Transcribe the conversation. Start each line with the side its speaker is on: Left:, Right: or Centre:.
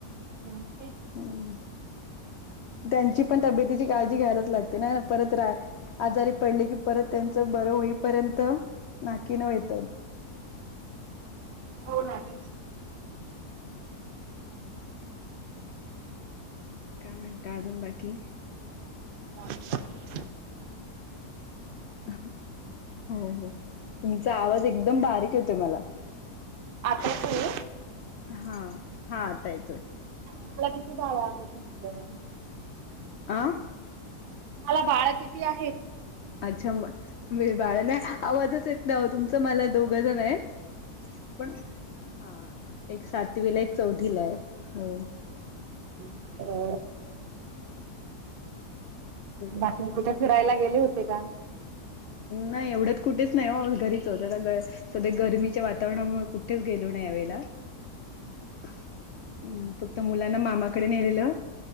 Right: जात.
Left: हम् त्यांची पण तब्येतीची काळजी घ्यायलाच लागते नाय ना परत राय आजारी पडले की परत त्यांचं बरं होईपर्यंत नाकी नऊ येता
Right: हो ना तेच
Left: काय म्हणता अजून बाकी
Right: बाकी
Left: हो हो तुमचा आवाज एकदम बारीक येतोय मला.
Right: आता येतोय
Left: हा हा आता येतोय.
Right: तुम्हाला किती बाळ आहेत म्हटलं
Left: आ
Right: तुम्हाला बाळ किती आहेत <unintelligible>
Left: अच्छा म बाळा ना आवाजच येत ना तुमच मला दोघं जण आहेत <unintelligible> पण हा एक सातवीला एक चौथीला आहे <unintelligible>
Right: हो
Left: हो दोघं
Right: बाकी कुठे फिरायला गेले होते का <unintelligible>
Left: नाही एवढ्यात कुठेच नाही हो घरीच होत सध्या गर्मीच्या वातावरणामुळे कुठेच गेलो ना यावेेळेला हम्म फक्त मुलांना मामाकडे नेलेलं